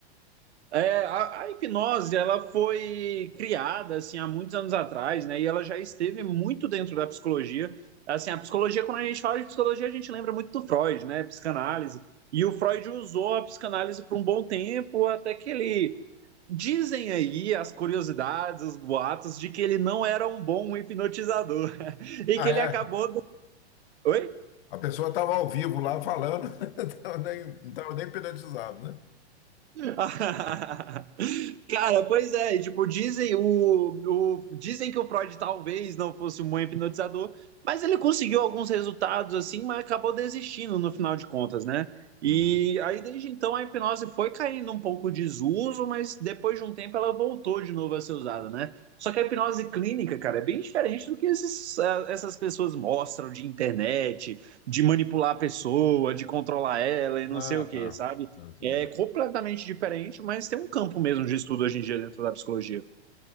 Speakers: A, on the right; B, on the left.
A: É, a, a hipnose, ela foi criada, assim, há muitos anos atrás, né? E ela já esteve muito dentro da psicologia. Assim, a psicologia, quando a gente fala de psicologia, a gente lembra muito do Freud, né? Psicanálise. E o Freud usou a psicanálise por um bom tempo, até que ele Dizem aí as curiosidades, os boatos de que ele não era um bom hipnotizador <laughs> e
B: Ah,
A: que ele
B: é.
A: acabou. Do... Oi?
B: A pessoa estava ao vivo lá falando, <laughs> tava nem, não estava nem hipnotizado, né?
A: <laughs> Cara, pois é, e, tipo, dizem o, o dizem que o Freud talvez não fosse um bom hipnotizador, mas ele conseguiu alguns resultados assim, mas acabou desistindo no final de contas, né? E
B: Uhum.
A: aí desde então a hipnose foi caindo um pouco de desuso, mas depois de um tempo ela voltou de novo a ser usada, né? Só que a hipnose clínica, cara, é bem diferente do que esses, eh, essas pessoas mostram de internet, de manipular a pessoa, de controlar ela e não
B: Ah,
A: sei o quê,
B: tá.
A: sabe?
B: Eu Entendi.
A: É completamente diferente, mas tem um campo mesmo de estudo hoje em dia dentro da psicologia.